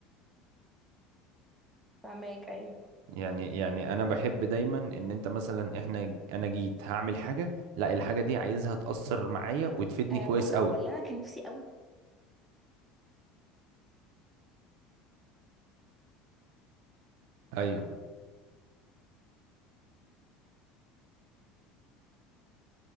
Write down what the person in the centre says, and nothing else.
فهماك ايوه
آه
بص
اولا انا كان نفسي قوي